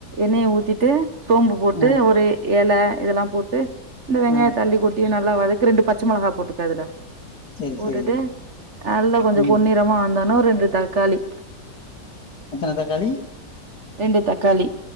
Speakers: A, on the right (about 40°); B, on the left (about 60°).
A: எண்ணெய ஊத்திட்டு சோம்பு போட்டு
B: ஆ
A: ஒரு எல இதெல்லா போட்டு இந்த வெங்காய
B: ஆ
A: தள்ளி கொட் ட்டி நல்லா வதக்கு ரெண்டு பச்ச மொளகா போட்டுக்கோ அதுல
B: செரி
A: போட்டுட்டு
B: செரி
A: நல்ல கொஞ்சோ
B: ம்
A: பொன்னிறமா வந்தோனே ரெண்டு தக்காளி
B: எத்தன தக்காளி
A: ரெண்டு தக்காளி